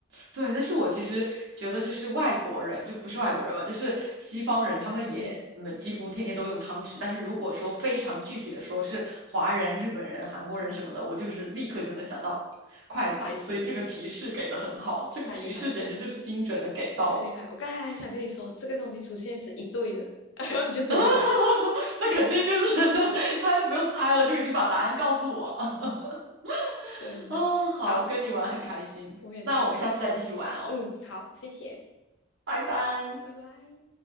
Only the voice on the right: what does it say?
对，但是我其实觉得，就是外国人，就不是外国人吧，就是西方人，他们也没几乎天天都用汤匙。
但是如果说非常具体的说，是华人、日本人、韩国人什么的，
我就是立刻就能想到筷子。
所以这个提示给的很好，这个提示简直就是精准的给到了。
<laughs> 那肯定就是 <laughs> 猜都不用猜了，就已经把答案告诉我了。<laughs>
哦，好，
跟你玩很开心，
那我们下次再继续玩哦，
拜拜。